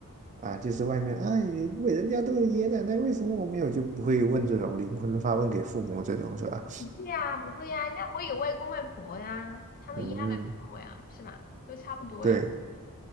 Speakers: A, on the right; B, on the left.
A: 啊，就是外面，哎，为人家都有爷爷奶奶，为什么我没有？就不会问这种灵魂发问给父母这种是吧？
B: 对呀，不会呀，那我有外公外婆呀，他们一样的疼我呀，
A: 嗯，
B: 是吧？都差不多呀，
A: 对，